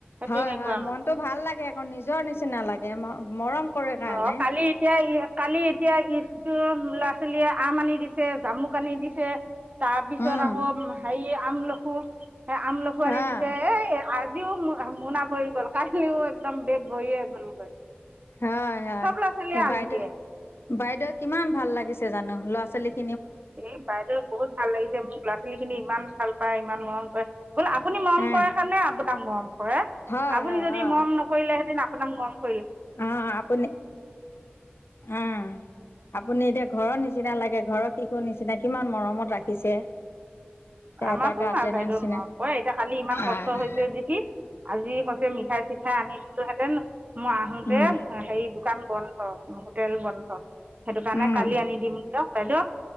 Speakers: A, on the left (about 75°); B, on the right (about 40°).
A: হয়,
B: তেনেকুৱা
A: হয়,
B: মানে
A: মনটো ভাল লাগে আকৌ নিজৰ নিচিনা লাগে ম ম মৰম। কৰে কাৰণে।
B: অ' কালি এতিয়া ইয়ে কালি এতিয়া ইটো ল'ৰা ছোৱালীয়ে আম আনি দিছে জামুক আনি দিছে। তাৰ পিছত
A: উম,
B: আকৌ হেৰি আম লোকো। এ আমলখু
A: অ',
B: আনি দিছে এ' <unintelligible> মোনা ভৰি গ'ল, কালিও একদম বেগ ভৰিয়ে গ'লগৈ।
A: হয় হয়,
B: চব ল'ৰা ছোৱালীয়ে
A: সে
B: আনি
A: বাইদেউ,
B: দিয়ে
A: বাইদেৱে কিমান ভাল লাগিছে জানো ল'ৰা ছোৱালীক
B: এ' বাইদেউ বহুত ভাল লাগিছে মোৰ ল'ৰা ছোৱালী খিনি ইমান ভাল। পাই ইমান মৰম কৰে। আপুনি মৰম
A: উম।
B: কৰে কাৰণে আপোনাক মৰম কৰে
A: হয়
B: আপুনি
A: হয়
B: যদি
A: হয়।
B: মৰম নকৰিলে সেদিনা কম <unintelligible>
A: অ', আপুনি উহ্, আপুনি এতিয়া ঘৰৰ নিচিনা লাগে ঘৰৰ শিশুৰ নিচিনা কিমান মৰমত ৰাখিছে। এ
B: আমাকো
A: এটা গাৰ্জেনৰ
B: মা বাইদেউ
A: নিচিনা
B: মৰম কৰে, এতিয়া খালি ইমান কষ্ট
A: অ'
B: হৈছে দেখি আজি কষ্ট মিঠাই চিঠাই আনিছিলোহেতেন। মই আহো দে,
A: উম
B: হেৰি দোকান বন্ধ অ <unintelligible> তেল বন্ধ, সেইটো কাৰণে
A: উম
B: কালি আনি দিম <unintelligible> বাইদ'